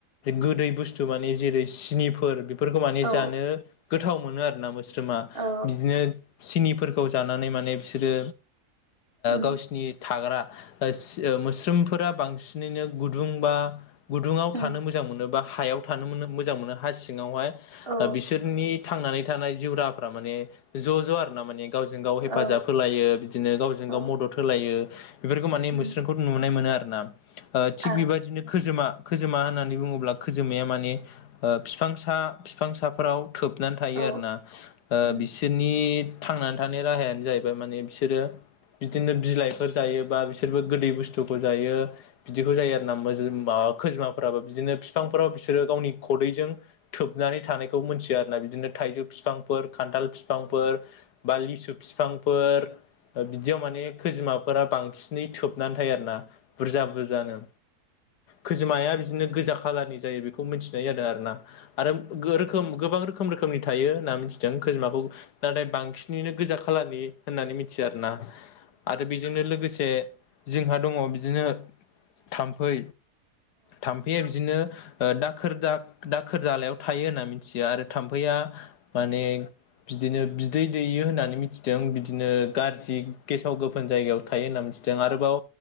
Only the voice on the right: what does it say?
औ
औ
उम
उम
औ
औ
औ
उम
आ
औ
औ